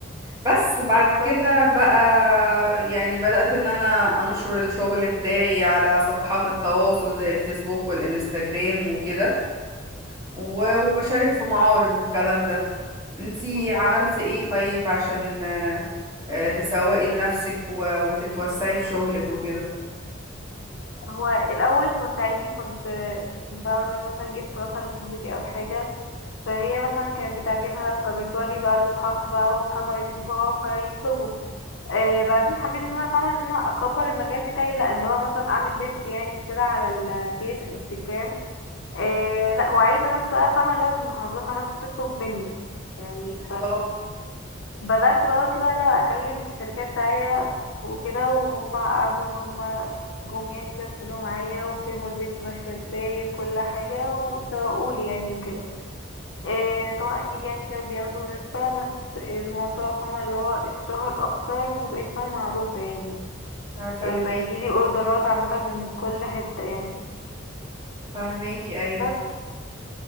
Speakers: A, on the right (about 15°); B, on the left (about 65°).
A: بس بعد
B: طب
A: كده
B: كويس
A: بقى يعني بدأت ان انا انشر الشغل بتاعي على صفحات التواصل زي الفيسبوك والانستجرام وكده و- وبشارك في معارض والكلام ده انتي
B: حلو
A: عملت
B: جدا
A: ايه طيب عشان آه، آه، تسوقي لنفسك و- وتتوسعي في شغلك وكده
B: هو الاول كنت عادي كنت بعمل مثلا جبت مثلا لصاحبتي او حاجه فهي مثلا كانت بتعجبها فبتوري بقى لاصحابها بقى واصحابها يشوفوها فيطلبوا آه بعدين حبيت ان انا فعلا ان انا اكبر المجال بتاعي لا اللي هو مثلا اعمل بيدج يعني كده على الفيس انستجرام آه لا وعايزه ناس بقى فاهمه اللي هو من محافظات عماله تطلب مني يعني
A: بالظبط
B: بدأت بقى كده لا أكلم شركات داعية وكده وهم قعدوا إن هم جم يعني كده اتكلموا معايا وفهموا البيج ماشية ازاي وكل حاجة وسوقولي يعني وكده إيه طبعا أكيد يعني كده بياخدوا نسبة بس الموضوع فاهمة اللي هو اتشهر أكتر وبقيت فاهمة معروفة يعني
A: فاهمك
B: إيه بقى يجيلي أوردرات عامة من كل حتة يعني
A: فاهماكي ايوه
B: بس